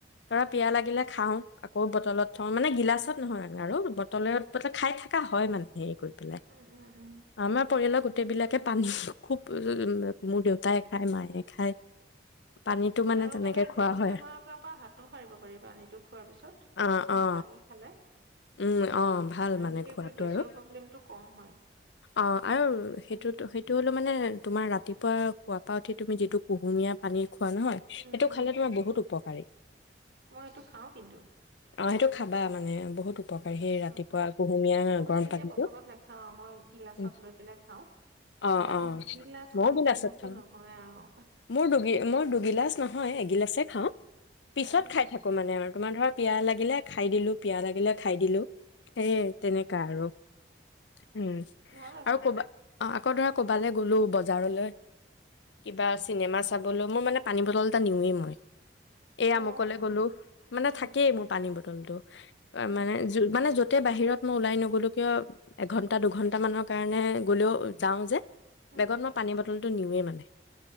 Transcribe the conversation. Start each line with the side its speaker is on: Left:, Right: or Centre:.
Left: ধৰা
Right: উম
Left: পিয়াহ লাগিলে খাওঁ আকৌ বটলত থওঁ মানে গিলাচত নহয় আৰু বটলে
Right: উম
Left: ব খাই থাকে হয় মানে হেৰি কৰি পাই
Right: উম উম উম
Left: আমাৰ পৰিয়ালৰ গোটেইবিলাকে পানী খুব মোৰ দেউতাই খায় মায়ে খায় পানীতটো মানে
Right: আৰু
Left: তেনেকে
Right: বেলেগ
Left: খোৱা
Right: বহুত
Left: হয়
Right: বেমাৰৰ কাৰ পৰা হাতো সাৰিব পাৰি পানীটো খোৱাৰ পিছত।
Left: অ
Right: মানে
Left: অ
Right: পানী খালে
Left: উম অ ভাল
Right: আৰু
Left: মানে
Right: বিশেষকৈ
Left: খোৱাটো
Right: গেছৰ
Left: আৰু
Right: প্ৰব্লেমটো কম হয়
Left: অ আৰু সেইটো
Right: পানী খালে।
Left: সেইটো হলো মানে তোমাৰ ৰাতিপুৱা খোৱা তুমি যদি কুহুমীয়া পানীত খোৱা নহয়
Right: উম,
Left: সেইটো
Right: উম,
Left: খালে তোমাৰ বহুত উপকাৰী
Right: মই এইটো খাওঁ কিন্তু
Left: আহ সেই খাবা মানে বহুত উপকাৰী সেই ৰাতিপুৱা
Right: অ
Left: কুহুমীয়া
Right: মই মানে
Left: গৰম
Right: তেতিয়া
Left: পানীটো
Right: বটলত নাখাও আৰু মই গিলাচত
Left: উম,
Right: লৈ পেলাই খাও
Left: অ
Right: মানে
Left: অ
Right: দুগিলাচ
Left: ময়ো
Right: সম্পূৰ্ণকে
Left: গিলাচত খাওঁ
Right: নহয় আৰু
Left: মোৰ দু মোৰ দুগিলা নহয় এগিলাছে খাওঁ পিছত
Right: অ',
Left: খাই থাকো মানে তোমাৰ ধৰা পিয়া লাগিলে খাই দিলোঁ পিয় লাগিলে খাই দিলোঁ সেইয়ে তেনেকা আৰু উম
Right: ভাল অভ্যাস
Left: আৰু কবা অ আকৌ ধৰা কবালৈ গ'লো বজাৰলৈ কিবা আ চিনেমা চাবলৈ মোৰ মানে পানী বটল এটা নিওঁৱেই মই এ
Right: অ',
Left: আমুকলৈ গলো মানে
Right: উম,
Left: থাকেই মোৰ পানী ব টো
Right: উম,
Left: মানে মানে য'তে বাহিৰত মই ওলাই নগলো কিয় এঘন্টা দুঘন্টা মানৰ কাৰণে গ'লেও যাও যে
Right: উম,
Left: বেগত মই পানী বটল টো নিওে মানে